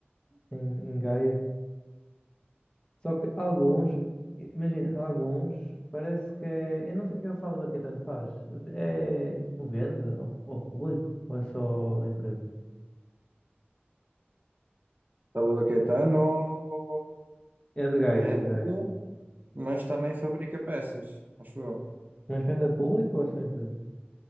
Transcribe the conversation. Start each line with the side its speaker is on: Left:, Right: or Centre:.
Left: em, em Gaia. Só que alguns, imagina, alguns parece que é. Eu não sei o que é que o Sauda Caetano faz. É tipo vende ao, ao público ou é só a empresa?
Right: Salvador Caetano
Left: É de
Right: vende,
Left: Gaia, é de Gaia.
Right: mas também fabrica peças, acho eu.
Left: Mas vende a público ou é só a empresa?